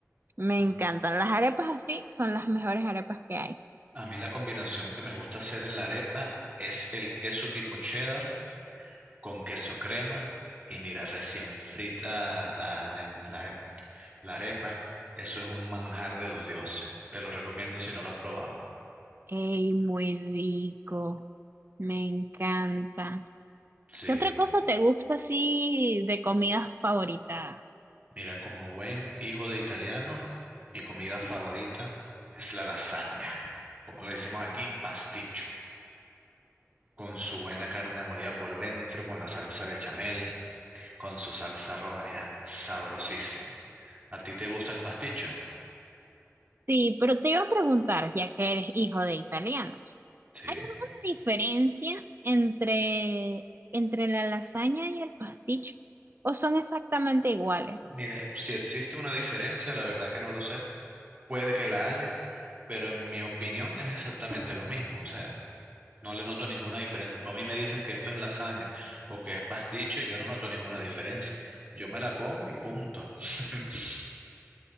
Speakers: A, on the right; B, on the right.
A: Me
B: A
A: encantan. Las arepas así son las mejores arepas que hay.
B: a mí la combinación que me gusta hacer en la arepa es el queso tipo cheddar con queso crema y mira, recién frita la, la- em, la- em, la arepa. Eso es un manjar de los dioses. Te lo recomiendo si no lo has probado.
A: ¡Ey, muy rico! Me encanta.
B: Sí,
A: ¿Qué otra cosa te gusta así de comidas favoritas?
B: mira, como buen hijo de italiano, mi comida favorita es la lasaña, como le decimos aquí, pasticho, con su buena carne molida por dentro, con la salsa bechamel, con su salsa roja, mira, sabrosísimo. ¿A ti te gusta el pasticho?
A: Sí, pero te iba a preguntar, ya que eres hijo de italianos,
B: Sí.
A: ¿hay alguna diferencia entre, entre la lasaña y el pasticho? ¿O son exactamente iguales?
B: Mire, si existe una diferencia, la verdad que no lo sé puede que la haya, pero en mi opinión es exactamente lo mismo, o sea, no le noto ninguna diferencia. Tú a mí me dices que esto es lasaña o que es pasticho y yo no noto ninguna diferencia. Yo me la como y punto. <laughs>